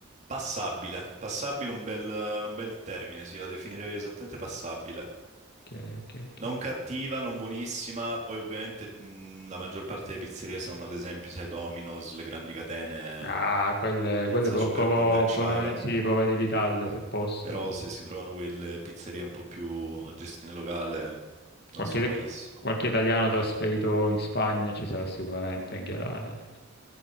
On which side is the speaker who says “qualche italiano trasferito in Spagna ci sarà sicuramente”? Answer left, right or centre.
Left